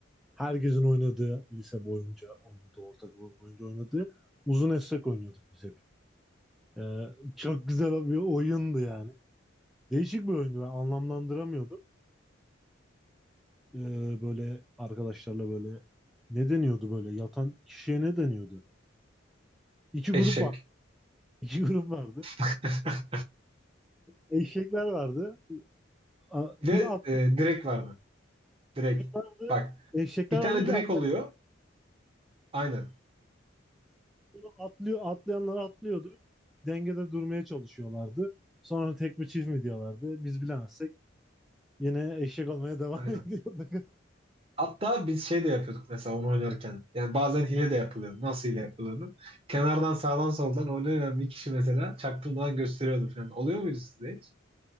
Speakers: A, in the centre; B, on the right.
A: herkesin oynadığı lise boyunca oynadığı ortaokul boyunca oynadığı uzun esrek oynuyorduk biz hep. Ee, çok güzel bir oyundu yani. Değişik bir oyundu ben anlamlandıramıyordum. Ee, böyle arkadaşlarla böyle ne deniyordu böyle yatan kişiye ne deniyordu? İki grup
B: Eşek.
A: var. <laughs> İki grup vardı.
B: <laughs>
A: Eşekler vardı. A-
B: Bir
A: Bir
B: de
A: de atlı
B: e, direk vardı. Direk.
A: vardı.
B: Bak
A: Eşekler
B: bir tane
A: vardı bir
B: direk
A: de atlı
B: oluyor. Aynen.
A: Bunu atlıyor, atlayanlar atlıyordu. Dengede durmaya çalışıyorlardı. Sonra tek mi çift mi diyorlardı. Biz bilemezsek yine eşek olmaya devam
B: Aynen.
A: <laughs> ediyorduk.
B: Hatta biz şey de yapıyorduk mesela onu oynarken. Yani bazen hile de yapılıyor. Nasıl hile yapıldığını. Kenardan sağdan soldan oynayan bir kişi mesela çaktırmadan gösteriyordu falan. Oluyor muydu sizde hiç?